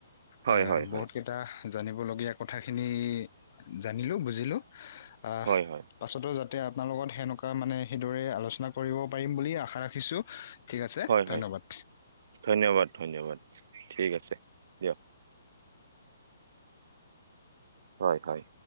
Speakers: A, on the right; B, on the left.
A: হয়
B: এ
A: হয় হয়
B: বহুতকে টা জানিবলগীয়া কথাখিনি জানিলোঁ, বুজিলোঁ আহ
A: হয় হয়
B: পাছটো যাতে আপনাৰ লগত সেনেকুৱা মানে সেইদৰে আলোচনা কৰিব পাৰিম বুলি আশা ৰাখিছোঁ ঠিক আছে,
A: হয়
B: ধন্যবাদ।
A: হয় ধন্যবাদ ধন্যবাদ, ঠিক আছে। দিয়ক হয়, হয়।